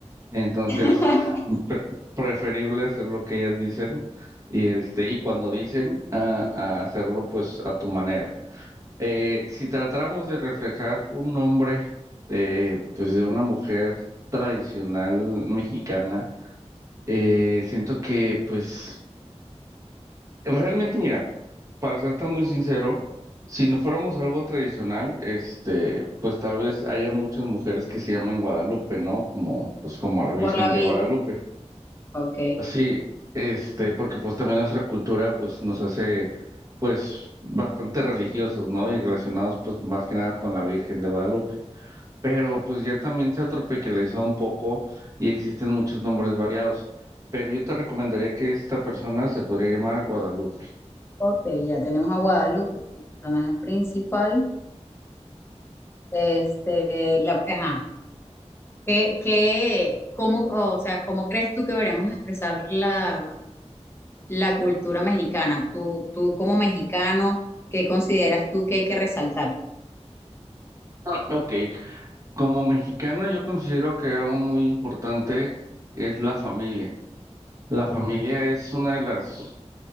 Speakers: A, on the right; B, on the left.
A: Entonces,
B: <laughs>
A: pre- preferible hacer lo que ellas dicen y este y cuando dicen a, a hacerlo pues a tu manera. Eh, si tratáramos de reflejar un nombre de pues de una mujer tradicional mexicana, eh, siento que pues realmente mira, para serte muy sincero, si no fuéramos algo tradicional, este, pues tal vez haya muchas mujeres que se llamen Guadalupe, ¿no? Como pues como la Virgen
B: Por la
A: de
B: Virgen,
A: Guadalupe.
B: ok,
A: Sí, este, porque pues también nuestra cultura pues nos hace pues bastante religiosos, ¿no? Y relacionados pues más que nada con la Virgen de Guadalupe. Pero pues ya también se ha tropicalizado un poco y existen muchos nombres variados. Pero yo te recomendaría que esta persona se podría llamar Guadalupe.
B: ok, ya tenemos a Guadalupe como personaje principal. Este, la, ajá, ¿qué, qué, cómo, o sea, cómo crees tú que deberíamos expresar la, la cultura mexicana? Tú, tú como mexicano, ¿qué consideras tú que hay que resaltar?
A: Ah, ok, como mexicano yo considero que algo muy importante es la familia. La familia es una de las